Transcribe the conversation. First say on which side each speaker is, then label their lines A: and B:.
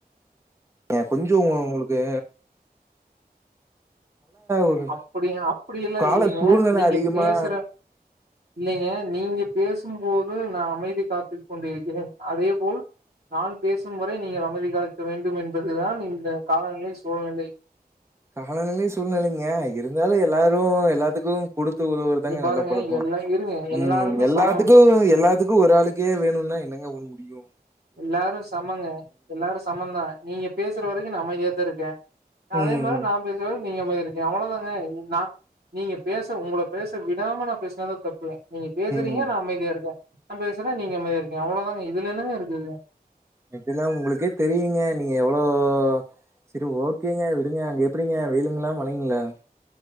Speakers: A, on the right; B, on the right.
A: ஏ கொஞ்சோ உங்ளுக்கு ஒரு
B: அப்டி அப்டில்லா
A: கால
B: இல்லிங்க
A: சூழ்நிலை
B: நீங்க
A: அதிகமா
B: பேசுற இல்லைங்க நீங்க பேசும்போது நா அமைதி காத்து கொண்டிருக்கிறே அதேபோல் நான் பேசும் வரை நீங்கள் அமைதி காக்க வேண்டு என்பதுதா இந்த காலநிலை சூழநிலை
A: காலநிலை சூழ்நிலைங்க இருந்தாலு எல்லாரு எல்லாத்துக்கு குடுத்து உதவுறதாங்க
B: இங்க பாருங்க
A: நல்ல பழக்க
B: எல்லா இருங்க எல்லாருமே
A: உம் யெல்லாத்துக்கு
B: சமம்.
A: யெல்லாத்துக்கு ஒரு ஆளுக்கே வேணுனா யென்னங்க ஸ்டுடியோ
B: எல்லாரு சமங்க எல்லாரு சமந்தா நீங்க பேச க்குற வரைக்கு நா அமைதியாதா இருக்கே அதே
A: ம்
B: மாரி நா பேசுரவரைக் நீங்க மாதிரி இருக்கீங்க அவ்வளோதாங்க நா நீங்க பேச உங்கள பேஸ் விடாம நா பேசுனதா தப்பு நீங்க பேசுறீங்க
A: ம்
B: நா அமைதியா இருக்கே நா பேசுறே நீங்க அமைதியா இருக்கீங்க அவ்ளோதாங்க இதுல என்னங்க இருக் உம்
A: இதெல்லா உங்களுக்கே தெரியுங்க நீங்க எவ்ளோ செரி ஓகேங்க விடுங்க அங்க எப்டிங்க வெயிலுங்களா மழங்களா